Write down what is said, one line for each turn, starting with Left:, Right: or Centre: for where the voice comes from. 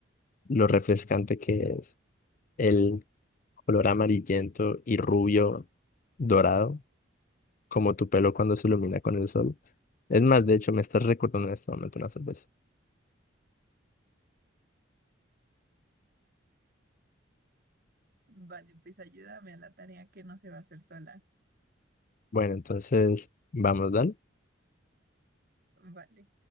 Left: lo refrescante que es. El color amarillento y rubio dorado, como tu pelo cuando se ilumina con el sol. Es más, de hecho, me estás recordando en este momento una cerveza.
Right: Vale, pues ayúdame a la tarea que no se va a hacer sola.
Left: Bueno, entonces, vamos, dale.
Right: Vale.